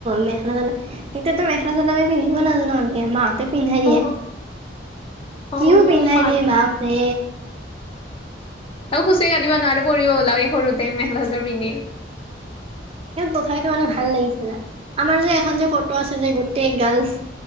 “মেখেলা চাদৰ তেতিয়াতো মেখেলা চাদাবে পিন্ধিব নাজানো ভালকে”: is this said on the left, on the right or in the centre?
Right